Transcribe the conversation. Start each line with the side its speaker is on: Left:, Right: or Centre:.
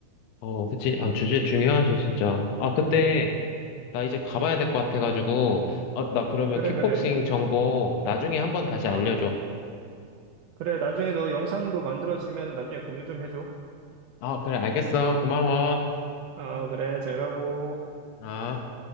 Left: 어, 그치. 아, 주제 중요하지, 진짜. 아, 근데,
Right: 음,
Left: 나 이제 가봐야
Right: 음.
Left: 될 것 같아가지고, 어, 나 그러면
Right: 그래,
Left: 킥복싱
Right: 그래.
Left: 정보 나중에 한번 다시
Right: 어,
Left: 알려줘.
Right: 그래. 나중에 너 영상도 만들어지면 나중에 공유 좀 해줘.
Left: 아, 그래, 알겠어. 고마워.
Right: 어, 그래. 잘 가고.
Left: 아.